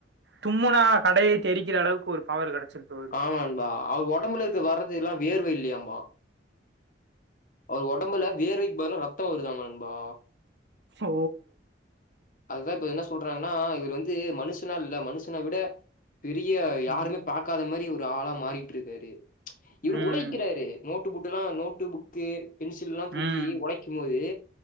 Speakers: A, on the right; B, on the left.
A: தும்முனா கடையே தெரிக்கிற அளவுக்கு ஒரு பவர் கிடைச்சிட்டு
B: ஆமா நண்பா அவர் ஒடம்புலேந்து வரது எல்லா வேர்வ இல்லியாம்பா அவர் உடம்புல வேர்வைக் பதிலா ரத்தம் வருதாம்பா நண்பா
A: ஓ
B: அதுதா இப்ப என்ன சொல்றாங்னா இவரு வந்து மனுஷுனா இல்ல மனுஷன விட பெரிய யாருமே
A: ம்
B: பாக்காத மாரி ஒரு ஆளா மாறிட்ருக்காரு
A: ம்
B: இவுரு உழைக்கிறாரு நோட்டு புட்டுலா நோட்டு புக்கு பென்சில்லா தூக்கி
A: ம்
B: ஒடைக்குபோது